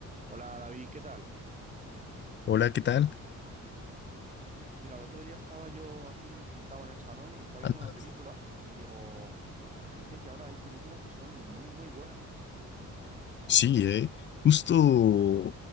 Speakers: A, on the right; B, on the left.
A: Hola David, ¿qué tal?
B: Hola, ¿qué tal?
A: Mira, el otro día estaba yo aquí sentado en el salón y estaba viendo
B: ¿Andas?
A: una película y digo, fíjate que ahora hay películas que son muy, muy buenas, ¿eh?
B: Sí, eh. Justo,